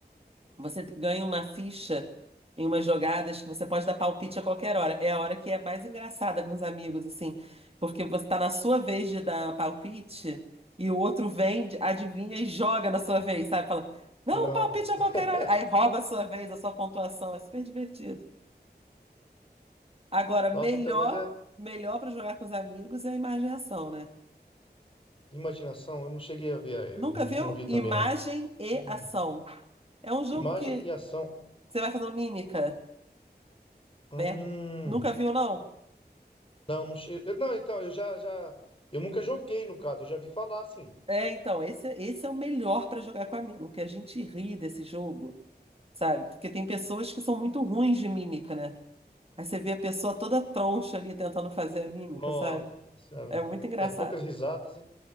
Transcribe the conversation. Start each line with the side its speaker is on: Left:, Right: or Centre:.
Right: Você ganha uma ficha em umas jogadas que você pode dar palpite a qualquer hora. É a hora que é mais engraçada com os amigos, assim, porque você tá na sua vez de dar palpite e o outro vem, adivinha e joga na sua vez, sabe? Fala, não,
Left: Nossa.
Right: um palpite a qualquer
Left: <laughs>
Right: hora. Aí rouba a sua vez, a sua pontuação. É super divertido. Agora, melhor,
Left: Nossa, então, mas é
Right: melhor para jogar com os amigos é a imagem e ação, né?
Left: imaginação. Eu não cheguei a ver, eh,
Right: Nunca
Left: não,
Right: viu?
Left: não vi
Right: Imagem
Left: também, não.
Right: e
Left: Hum.
Right: ação. É um jogo
Left: Imagem
Right: que
Left: e ação.
Right: você vai fazendo mímica.
Left: Hum.
Right: Vem, nunca viu, não?
Left: Não, não cheguei. Não, então, eu já, já. Eu nunca joguei, no caso, eu já vi falar assim.
Right: É, então, esse, é, esse é o melhor pra jogar com amigo, que a gente ri desse jogo, sabe? Porque tem pessoas que são muito ruins de mímica, né? Aí você vê a pessoa toda troncha ali tentando fazer a mímica,
Left: Nossa
Right: sabe?
Left: senhora.
Right: É muito engraçado.
Left: Sai poucas risadas, hein?